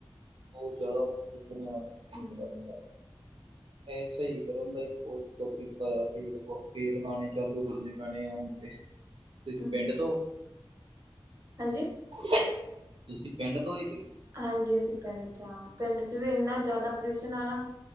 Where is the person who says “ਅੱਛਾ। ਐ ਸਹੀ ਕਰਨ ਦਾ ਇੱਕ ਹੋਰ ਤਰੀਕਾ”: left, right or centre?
Right